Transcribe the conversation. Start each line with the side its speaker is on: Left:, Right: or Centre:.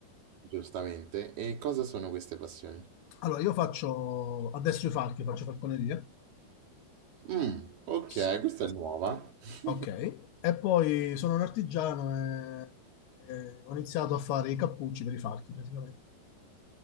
Right: giustamente. E cosa sono queste passioni?
Left: Allora, io faccio adesso i falchi, faccio falconeria.
Right: Mm, ok,
Left: S-
Right: questa è nuova. <laughs>
Left: Ok. E poi sono un artigiano e, e ho iniziato a fare i cappucci per i falchi, praticamente.